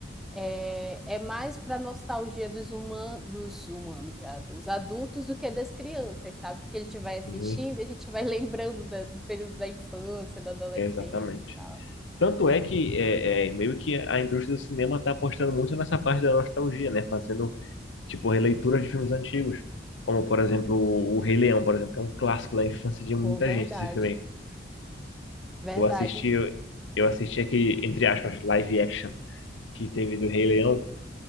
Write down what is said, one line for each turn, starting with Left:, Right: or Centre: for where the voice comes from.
Centre: é, é mais para nostalgia dos, human, dos humanos já, dos adultos do que das crianças, sabe? Porque a gente vai assistindo
Left: Sim,
Centre: e a gente vai lembrando da- do período da infância, da adolescência
Left: exatamente.
Centre: e tal.
Left: Tanto é que é, é, meio que a indústria do cinema está apostando muito nessa parte da nostalgia, né? Fazendo tipo releituras de filmes antigos, como por exemplo o Rei Leão, por exemplo, que é um clássico da infância de muita
Centre: Pô, verdade.
Left: gente esse filme. aí.
Centre: Verdade.
Left: Eu assisti, eu assisti aquele entre aspas live action que teve do Rei Leão,